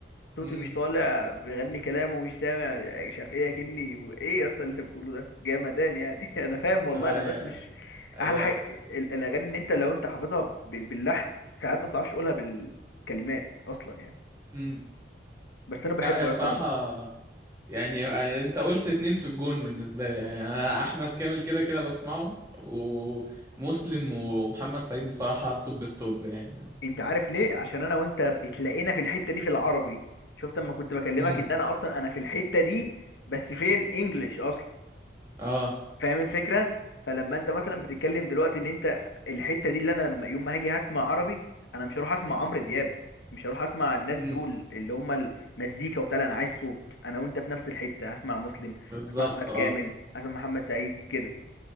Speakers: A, on the left; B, on the right.
A: صوته
B: امم
A: مش طالع بيغني كلامه ومش سامع يعني مش عارف ايه اكني وايه يا اسطى اللي انت بتقوله ده جامدان يعني <laughs> انا فاهم والله
B: لا
A: انا بس مش
B: هي
A: احلى
B: هي
A: حاجه ال- الاغاني ان انت لو انت حافظها بال- باللحن ساعات ما بتعرفش تقولها بالكلمات اصلا يعني
B: امم
A: بس انا بحبه
B: لا هي بصراحة
A: يا اسطى مو
B: يعني آه، انت قلت اتنين في الجون بالنسبة لي يعني انا احمد كامل كده كده بسمعه ومسلم ومحمد سعيد بصراحة توب التوب يعني
A: انت عارف ليه عشان انا وانت اتلاقينا في الحته دي في العربي شفت اما كنت بكلمك
B: امم
A: ان انا اصلا انا في الحته دي بس فين انجلش اصلا
B: اه
A: فاهم الفكره فلما انت مثلا بتتكلم دلوقتي ان انت الحته دي اللي انا لما يوم ما هاجي هسمع عربي انا مش هروح اسمع عمرو دياب مش هروح اسمع الناس
B: امم
A: دول اللي هم المزيكا وبتاع لا، انا عايز صوت انا وانت في نفس الحته هسمع مسلم
B: بالظبط
A: هسمع احمد كامل
B: اه
A: هسمع محمد سعيد كده